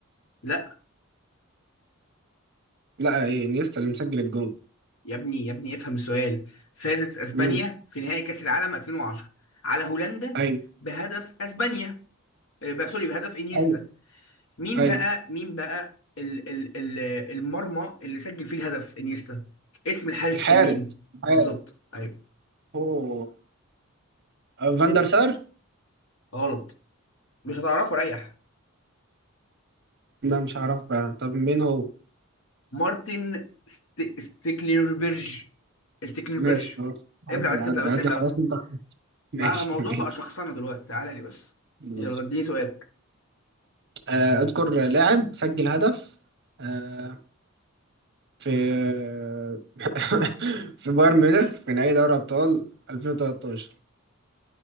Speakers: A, on the left; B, on the right.
A: لا
B: لا ايه انيستا اللي مسجل الجول
A: يا ابني يا ابني افهم السؤال فازت اسبانيا
B: امم
A: في نهائي كأس العالم 2010 على هولندا
B: ايوه
A: بهدف اسبانيا آه، بقى سوري بهدف انيستا
B: ايوه
A: مين
B: ايوه
A: بقى مين بقى ال ال ال المرمى اللي سجل فيه الهدف انيستا اسم الحارس
B: الحارس
A: كان مين
B: الحارس
A: بالظبط ايوه
B: اوه آه، فاندر سار
A: غلط مش هتعرفه ريح
B: لا مش هعرف بقى طب مين هو
A: مارتن ست... ستيكليربرج ستيكليربرج
B: ماشي خلاص عدي
A: ابلع بس
B: عدي
A: ابلع بس
B: عدي
A: ابلع
B: خلاص
A: بس
B: انت <laughs> ماشي
A: بقى الموضوع
B: ماشي
A: بقى شخصنة دلوقتي تعالى لي بس
B: ماشي.
A: يلا اديني سؤالك
B: آه، اذكر لاعب سجل هدف آه، في <laughs> في بايرن ميونخ في نهائي دوري أبطال 2013